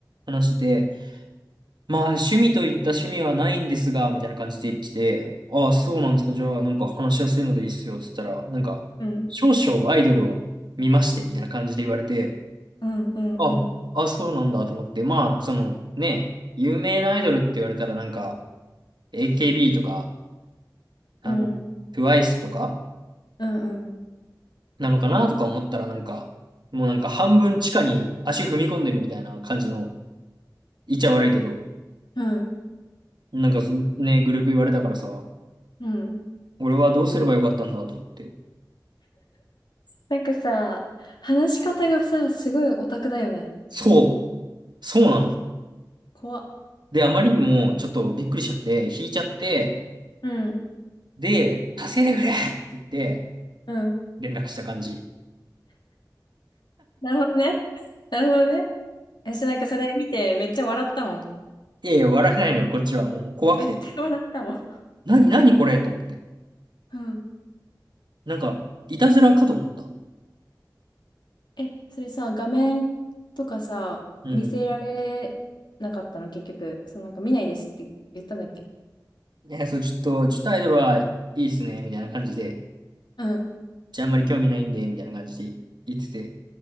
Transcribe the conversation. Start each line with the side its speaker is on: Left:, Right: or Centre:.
Right: 話で、まあ趣味といった趣味はないんですが、みたいな感じで来て、ああ、そうなんですか。じゃあなんか話しやすいのでいいっすよ。つったら、なんか、
Left: うん。
Right: 少々アイドルを見まして、みたいな感じで言われて、
Left: うん。うん。
Right: あ、
Left: うん。
Right: あ、そうなんだと思って、まあ、そのね、有名なアイドルって言われたらなんか、AKB とか、あの、
Left: うん。
Right: TWICE とか、
Left: うん。
Right: なのかなとか思ったらなんか、もうなんか半分地下に足踏み込んでるみたいな感じの、言っちゃ悪いけど、
Left: うん。
Right: なんかそね、グループ言われたからさ、
Left: うん
Right: 俺はどうすればよかったんだと思って。
Left: なんかさ、話し方がさ、すごいオタクだよね。
Right: そう、そうなの。
Left: 怖っ。
Right: で、あまりにもちょっとびっくりしちゃって、引いちゃって、
Left: うん。
Right: で、助けてくれって言って、
Left: うん。
Right: 連絡した感じ。
Left: なるほどね。なるほどね。私なんかそれ見てめっちゃ笑ったもん。
Right: いやいや、笑えないのよ、こっちは。もう怖くて。
Left: めっちゃ笑ったもん。
Right: 何、何これと思って。
Left: うん。
Right: なんか、いたずらかと思った。
Left: え、それさ、画面とかさ、
Right: うん。
Left: 見せられなかったの、結局。そのなんか見ないですって言ったんだっけ
Right: いや、そう、ちょっと、ちょっとアイドルはいいっすね、みたいな感じで。
Left: うん、
Right: じゃあ、あんまり興味ないんで、みたいな感じで言ってて。